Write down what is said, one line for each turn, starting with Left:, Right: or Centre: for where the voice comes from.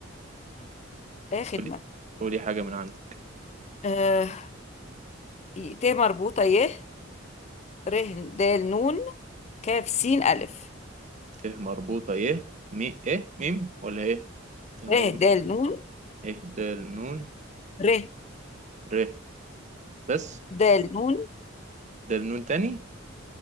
Left: ايه خدمة
Right: قولي قولي حاجة من عندك
Left: آه ي- ت مربوطة يه ر د نون كاف سين ألف
Right: ت مربوطة يه مي ايه ميم ولا ايه ت مربوطة
Left: ر د نون
Right: يهدى النون
Left: ر
Right: ر بس
Left: د نون
Right: ده النون تاني